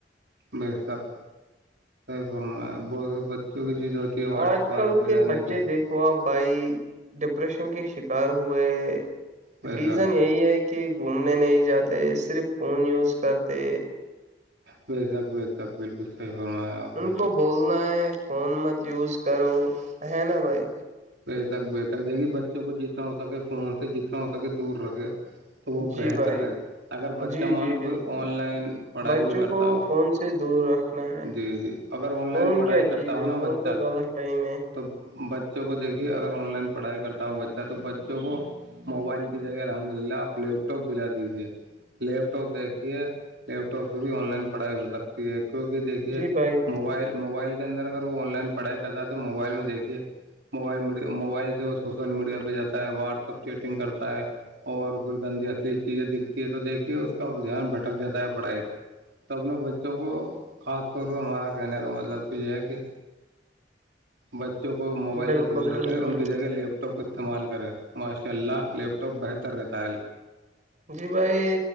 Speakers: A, on the right; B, on the right.
A: ب تک فرما بہت سے بچوں کی جد ہوتی ہے واٹر
B: آج
A: پارک
B: کل
A: میں
B: کے
A: جانے
B: بچے
A: لیے
B: دیک ہوا بھائی ڈپریشن کے شکار ہوئے
A: بے
B: ریزن
A: شک
B: یہی ہے کہ کہ گھومنے نہیں جاتے صرف فون یوز کرتے
A: بے شک بے شک بالکل صحیح فرمایا آپ
B: ان
A: نے
B: کو بولنا ہے فون مت یوز کرو ہے نا بھائی
A: بے تک بےتک دے گی بچوں کو جتنا ہو سکے فون سے جتنا ہو سکے دور رکھے تو وہ
B: جی
A: بہتر
B: بھائی
A: ہے اگر بچہ
B: جی
A: مانو
B: جی بالکل
A: کوئی
B: بالکل۔
A: آن لائن پڑھائی
B: بچوں
A: بھی کرتا
B: کو
A: ہو
B: فون سے دور ہے
A: جی جی اگر آن
B: فون
A: لائن پڑھائی
B: کیا
A: کرتا
B: چیز
A: ہوں
B: ہے
A: نا
B: فون
A: بچہ
B: تو غلط ٹائم ہے
A: تو بچوں کو دیکھیے اگر آن لائن پڑھائی کرتا ہو بچہ تو بچوں کو موبائل کی جگہ الحمد للہ آپ لیپ ٹاپ دلا دیجے لیپ ٹاپ دیکھیے لیپ ٹاپ سے بھی آن لائن پڑھائی ہو سکتی ہے کیوںکہ دیکھیے
B: جی بھائی
A: موبائل موبائل کے اندر اگر وہ آن لائن پڑھائی کرتا ہے تو موبائل میں دیکھیے موبائلی موبائل سے وہ سوشل میڈیا پہ جاتا ہے واٹسپ چیٹنگ کرتا ہے اور پھر گندی اصلی چیزیں دکھتی ہے تو دیکھیے اس کا دھیان بھٹک جاتا ہے پڑھائی سے تو اپنے بچوں کو خاص طور پ ہمارا کہنے کا مطلب تو یہ ہے کہ بچوں کو موبائل
B: بالکل
A: سے دور رکھے
B: بالکل
A: ان کے جگہ لیپ ٹاپ استعمال کریں ماشاء اللہ لیپ ٹاپ تو بہتر رہتا ہے
B: جی بھائی